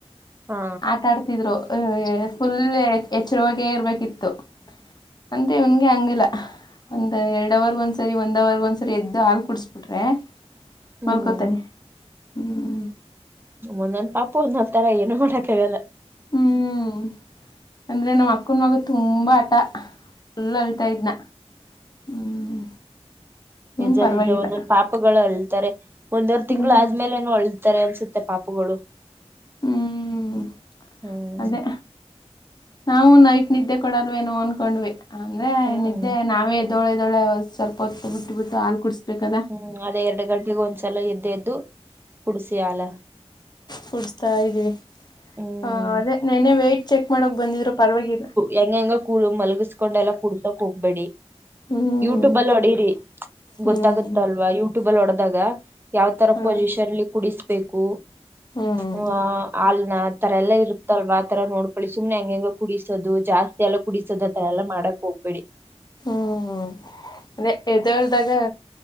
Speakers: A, on the right; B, on the left.
A: ಹಾ
B: ಆಟ ಆಡ್ತಿದ್ರು ಫುಲ್ ಎಚ್ಚರವಾಗೇ ಇರ್ಬೇಕಿತ್ತು ಅಂತ ಇನ್ಗೆ ಹಂಗಂಗಿಲ್ಲ ಒಂದು ಎರಡು ಅವವರ್ಗ ಒಂದ ಸರಿ ಒಂದು ಅವವರ್ಗ ಒಂದ್ಸರಿ ಎದ್ದು ಹಾಲು ಕುಡಿಸ್ಬಿಟ್ರೆ
A: ಹ್ಮ್
B: ಮಲ್ಕೊತಾನೆ ಹ್ಞ
A: ಒೊಂದಂದ್ ಪಾಪುರ್ ನತರ ಏನು ಮಾಡಕ್ಕಾಗಲ್ಲ
B: ಹ್ಞ ಅಂದರೆ ನಮ್ಮ ಅಕ್ಕನ ಮಗ ತುಂಬ ಹಟ ಫುಲ್ಲ ಅಳ್ತಾ ಇದ್ನ ಹ್ಮ್ ಇವನ್
A: ಎಜಾರ್ಜ
B: ಪರವಾಗಿಲ್ಲ
A: ಒಂದೊಂದು ಪಾಪಗಳು ಅಳ್ತಾರೆ ಒಂದವರ್ ತಿಂಗಳು
B: ಹ್ಮ್
A: ಆದ್ಮೇಲೆ ಹೊಳತಾರೆ ಅನ್ಸುತ್ತೆ ಪಾಪಗಳು <inaudible>
B: ಹ್ಮ್
A: ಹ್ಮ್
B: ಅದೇ ನಾವು ನೈಟ್ ನಿದ್ದೆ ಕೊಡಲ್ವೇನೋ ಅಂದ್ಕೊಂಡ್ವಿ ಅಂದ್ರೆ
A: ಹ್ಮ್
B: ನಿದ್ದೆ ನಾವೇ ದೋಳೆ ದೋಳೆ ಸ್ವಲ್ಪ ಹೊತ್ತು ಬಿಟ್ಟು ಬಿಟ್ಟು ಹಾಲು ಕುಡಡ್ಸ್ಬೇಕದ
A: ಹ್ಮ್ ಅದೇ ಎರಡು ಗಂಟೆಗೆ ಒಂದ್ಸಲ ಎ್ದ ಎದ್ದು ಕುಡಸಿ ಅಲ
B: ಕುಡ್ಸ್ತಾ ಇದ್ದೀವಿ
A: ಹ್ಮ್
B: ಹ ಅದೇ ನೆನ್ನೆ ವೇಟ್ ಚೆಕ್ ಮಾಡೋಕ್ ಬಂದಿದ್ರು ಪರವಾಗಿಲ್ಲ
A: ಹೆಂಗ ಹೆಂಗ ಕೂ ಮಲಗಿಸ್ಕೊಂಡ ಎಲ್ಲ ಕುಡ್ತಕ್ ಹೋಗ್ಬೇಡಿ
B: ಹ್ಮ್
A: ಯೂಟ್ಯೂಬ ಅಲ್ಲಿ ಹೊಡೀರಿ
B: ಹ್ಮ್
A: ಗೊತ್ತಾಗುತ್ತ ಅಲ್ವಾ ಯೂಟ್ಯೂಬ ಅಲ್ಲಿ ಹೊಡೆದಾಗ ಯಾವ ತರ
B: ಹ
A: ಪೊಸಿಷನ್ಲ್ಲಿ ಕುಡಿಸ್ಬೇಕು
B: ಹ್ಮ್
A: ಹ ಅಲ್ ನ ಆ ತರ ಎಲ್ಲಾ ಇರುತ್ತಲ್ವಾ ಆತರ ನೋಡ್ ಳಿ ಸುಮ್ನೆ ಹೆಂಗ ಹೆಂಗ ಕುಡಿಸೋದು ಜಾಸ್ತಿ ಎಲ್ಲ ಕುಡಿಸೋದತ್ರ ಎಲ್ಲಾ ಮಾಡಕ್ ಹೋಗ್ಬೇಡಿ
B: ಹ್ಮ್್ಮ ಅ ದ ಒಳ್ಳದಾಗ